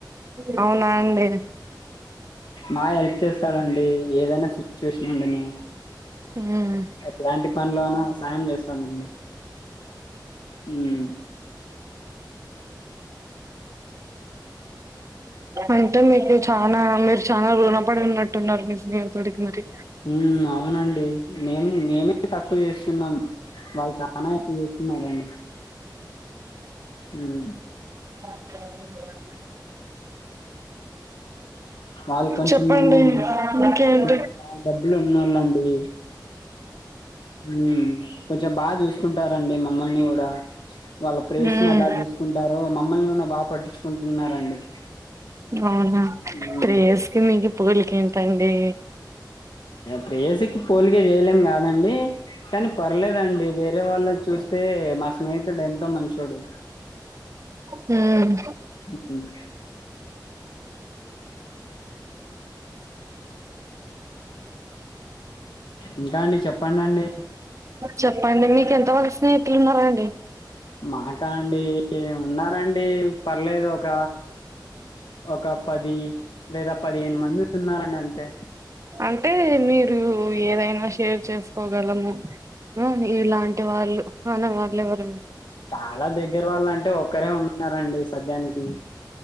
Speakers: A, on the right (about 40°); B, on the left (about 85°).
A: అ అవునా అండి
B: నా హెల్ప్ చేస్తాడండి ఏదైనా సీ చూసినండిని
A: ఉమ్
B: ఇలాంటి పనులు అన సాయం చేస్తానండి మ్మ్
A: అంటే మీకు చనా మీరు చనా రుణపడి ఉన్నట్టున్నారు మీ స్నేహతుడికి మరి
B: మ్మ్ అవునండి మే మేమ తక్ ఎక్కువ చేస్తున్నాం వాళ్ళు చనా ఎక్కువ చేస్తున్నారండి మ్మ్
A: అ <unintelligible>
B: వాళ్ళు కొంచెంము
A: చెప్పండి ఇంకేంటి
B: కొ డబ్బులు ఉన్నా లాండి ముని కొంచెం బాగా చూసుకుంటారండి మమ్మల్ని కూడా వాళ్ళ ప్రేస్
A: మ్మ్
B: ని ఎలా చూసుకుంటార్ బా మమ్మల్ని కూడా బాగా పట్టించుకుంటున్నారండి
A: బాగా
B: హ్మ్
A: ప్రేయస్కి మీకి పోలిక ఏంటండీ
B: ప్రేయసికి పోలికే చేయలేం కాదండి కానీ పర్లేదండి వేరే వాళ్ళ చూస్తే మా స్నేహితుడు ఎంతో మంచోడు
A: మ్మ్
B: మ్మ్ ఇంకా అండి చెప్పండి అండి
A: చెప్పండి మీకు ఎంత వల్ స్నేహితులున్నారండి
B: మాకా అండి ఉన్నా రండి పర్లేదు ఒక ఒక పది లేదా పదిహేను మంది ఉన్నారండి అంతే
A: అంటే మీరు ఏదైనా షేర్ చేసుకోగలము ఆ ఇలాంటి వాళ్ళు ఆవునా మాక్ లెవ్వర్
B: చాలా దగ్గర వాళ్ళంటే ఒక్కరే ఉన్నార్ న్నారండి సద్యానికి